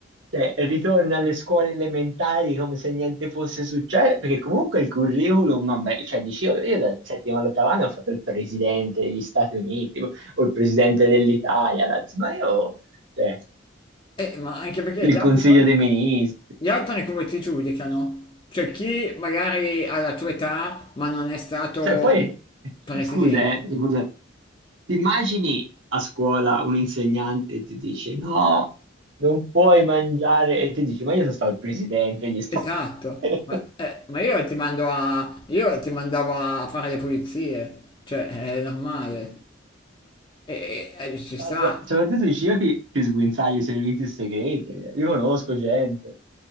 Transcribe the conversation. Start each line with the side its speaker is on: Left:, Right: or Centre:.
Right: cioè, ritorna alle scuole elementari come se niente fosse successo, perché comunque il curriculum, vabbè, cioè, dici, io, io dal settimo all'ottavo anno ho fatto il presidente degli Stati Uniti o il presidente dell'Italia, la- ma io, cioè,
Left: Eh, ma anche perché
Right: del
Left: gli altri
Right: Consiglio
Left: poi
Right: dei Ministri.
Left: Gli altri come ti giudicano? Cioè chi magari ha la tua età ma non è stato
Right: Cioè, poi, <laughs>
Left: presidente?
Right: scusa, eh, scusa, ti immagini a scuola un insegnante e ti dice no, non puoi mangiare, e ti dici, ma io sono stato il presidente, gli sta...
Left: Esatto,
Right: <laughs>
Left: ma, eh, ma io ti mando a, io ti mandavo a fare le pulizie, cioè è normale, e, e- e ci sta.
Right: Ah, so- Soprattutto i ciechi ti sguinzagli i servizi segreti, eh. io conosco gente.